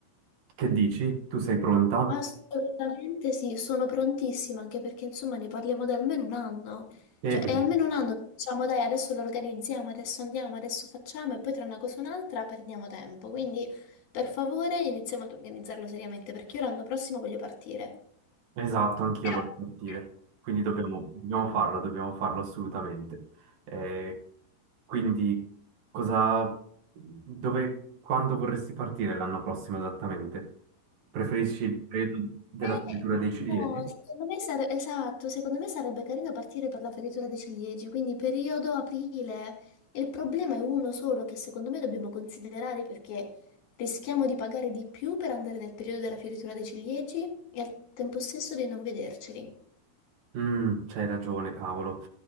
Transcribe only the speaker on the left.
Assolutamente sì, sono prontissima anche perché insomma ne parliamo da almeno un anno, cioè
è
almeno un anno che diciamo dai adesso lo organizziamo, adesso andiamo, adesso facciamo e poi tra una cosa e un'altra perdiamo tempo, quindi per favore iniziamo ad organizzarlo seriamente perché io l'anno prossimo voglio partire.
Però,
però,
me-
No, secondo me sare- esatto, secondo me sarebbe carino partire per la fioritura dei ciliegi, quindi periodo aprile. Il problema è uno solo che secondo me dobbiamo considerare perché rischiamo di pagare di più per andare nel periodo della fioritura dei ciliegi e al tempo stesso di non vederceli.